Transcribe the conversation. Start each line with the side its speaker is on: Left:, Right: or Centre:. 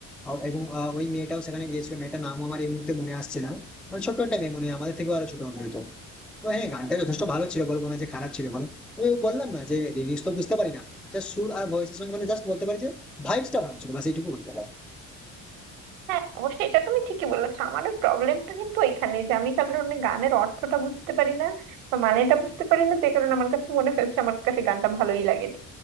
Centre: আ- এবং আহ, ওই মেয়েটাও সেখানে গিয়েছিল মেয়েটার নামও আমার এই মুহূর্তে মনে আসছে না মানে ছোট্ট একটা মেয়ে মনে হয় আমাদের থেকেও আরো ছোট হবে হয়তো তো হ্যাঁ গানটা যথেষ্ট ভালো ছিল বলবো না যে খারাপ ছিল বলো তবে বললাম না যে লিরিক্স তো বুঝতে পারি না জাস্ট সুর আর ভয়েসের সঙ্গে মানে জাস্ট বলতে পারি যে ভাইবসটা ভালো ছিল বাস এইটুকু বলতে পারি
Right: হ্যাঁ অবশ্যই এটা তুমি ঠিকই বলেছো আমার ওই প্রবলেমটা কিন্তু এখানে যে আমি কারণে গানের অর্থটা বুঝতে পারি না বা মানেটা বুঝতে পারি না যে কারণে আমার কাছে মনে হয়েছে আমার কাছে গানটা ভালোই লাগেনি